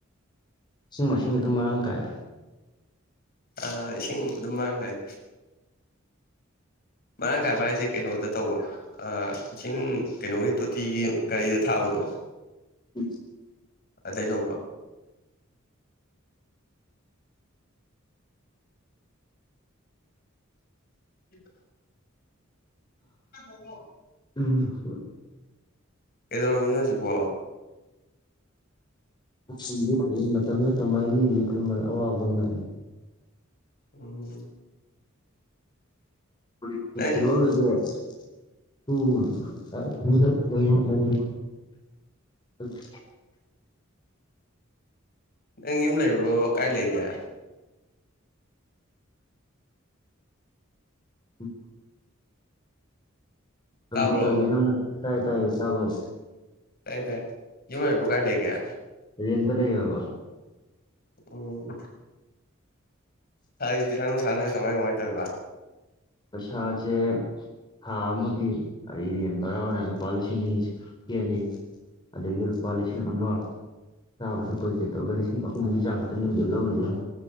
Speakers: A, on the left (about 20°); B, on the left (about 50°).
A: ꯏꯁꯤꯡ ꯃꯥꯏꯁꯤꯡ ꯑꯗꯨꯝ ꯃꯔꯥꯡ ꯀꯥꯏ
B: ꯑ ꯏꯁꯤꯡ ꯑꯗꯨꯝ ꯃꯥꯡꯒꯥꯏ ꯃꯔꯥꯡ ꯀꯥꯏꯕ ꯍꯥꯏꯁꯦ ꯀꯩꯅꯣꯗ ꯇꯧꯕ ꯑ ꯏꯁꯤꯡ ꯀꯩꯅꯣꯒꯤ ꯇꯣꯇꯤꯒꯤ ꯒꯥꯔꯤꯗ ꯊꯥꯕꯗꯣ
A: ꯎ
B: ꯑꯗꯩ ꯂꯧꯕ ꯏꯄꯥ ꯎꯣ <unintelligible>
A: ꯑ ꯍ
B: ꯑꯦꯗꯔꯣꯃꯤꯟꯅꯣꯖꯤ ꯄꯣ
A: <unintelligible> ꯀꯃꯥꯏ ꯊ <unintelligible> ꯑꯋꯥꯕ ꯑꯃꯅꯤ
B: ꯎꯝ
A: ꯒ
B: ꯅꯪ ꯅꯪ ꯌꯨꯝ ꯂꯩꯕ꯭ꯔꯣ ꯀꯥꯏ ꯂꯩꯒꯦ
A: ꯎ ꯀꯝꯄ꯭ꯇꯔꯒ
B: ꯇꯥꯕ꯭ꯔꯣ
A: ꯅ ꯃ ꯇꯥꯏ ꯇꯥꯏ ꯇꯒꯣ
B: ꯇꯥꯏ ꯇꯥꯏ ꯌꯃꯕꯣꯒꯥꯏ ꯂꯩ ꯂꯩ ꯀ
A: ꯑꯗꯨ ꯌꯦꯟ ꯂꯩ ꯌꯕ
B: ꯎꯝ ꯍꯥꯏ ꯄꯁꯥ ꯅꯨꯡꯁꯥꯟꯅꯔ ꯀꯃꯥꯏ ꯀꯃꯥꯏꯅ ꯇꯧꯔꯤꯕ
A: ꯄꯁꯥꯖꯦ ꯊꯥ ꯑꯃꯒꯤ ꯑꯩꯔꯟ ꯕꯔꯥ ꯑꯣꯏꯅ ꯂꯨꯄꯥ ꯂꯤꯁꯤꯡ ꯑꯅꯤ ꯁ ꯄ ꯑꯅꯤ ꯑꯗꯒꯤ ꯂꯨꯄꯥ ꯂꯤꯁꯤꯡ ꯑꯃ ꯆꯥꯕ ꯊꯛꯄꯒꯤ ꯀꯩ ꯇꯧꯔꯒ ꯂꯤꯁꯤꯡ ꯑꯍꯨꯝꯒꯤ ꯆꯥꯡ ꯈꯛꯇꯪ ꯌꯨꯝꯖꯜ ꯂꯧꯔꯤꯁꯤꯅ